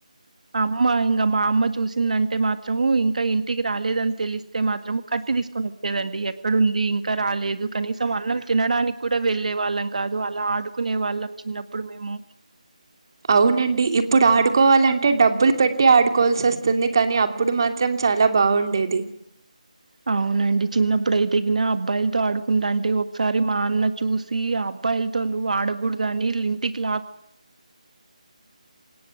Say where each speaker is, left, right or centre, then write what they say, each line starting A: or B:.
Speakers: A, on the right; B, on the right.
A: అమ్మ ఇంకా మా అమ్మ చూసిందంటే మాత్రము ఇంకా ఇంటికి రాలేదని తెలిస్తే మాత్రము కట్ కట్టి తీసుకొని వచ్చేదండి ఇక్కడ ఉంది ఇంకా రాలేదు కనీసం అన్నం తినడానికి కూడా వెళ్ళెవాళ్ళం కాదు అలా ఆడుకునే వాళ్ళం చిన్నప్పుడు మేము
B: అవునండి ఇప్పుడు ఆడుకోవాలంటే డబ్బులు పెట్ పెట్టి ఆడుకోవాల్సి వస్తుంది కానీ అప్పుడు మాత్రం చాలా బాగుండేది
A: అవునండి చిన్నప్పుడు అయితేగిన అబ్బాయిలతో ఆడుకుంటాంటే ఓ ఒకసారి మా అన్న చూసి అబ్బాయిలతో నువ్వు ఆడకూడదని ఇంటికి లాక్కొ